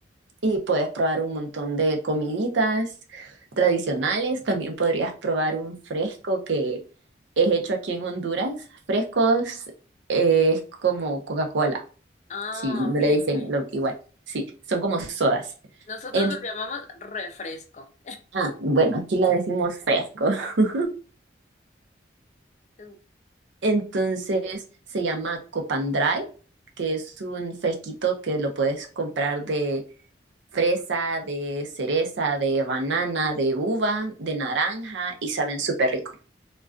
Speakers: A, on the right (about 75°); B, on the left (about 40°).
A: y puedes probar un montón de comiditas tradicionales. También podrías probar un fresco que es hecho aquí en Honduras. Frescos eh, es como Coca-Cola,
B: Ah,
A: sí no
B: ok,
A: le dicen
B: ok.
A: lo- igual. Sí, son como sodas.
B: Nosotros
A: En-
B: lo llamamos refresco.
A: ah, bueno, aquí la decimos fresco. <laughs>
B: Mm,
A: Entonces se llama Copandray, que es un fresquito que lo puedes comprar de fresa, de cereza, de banana, de uva, de naranja y saben súper rico.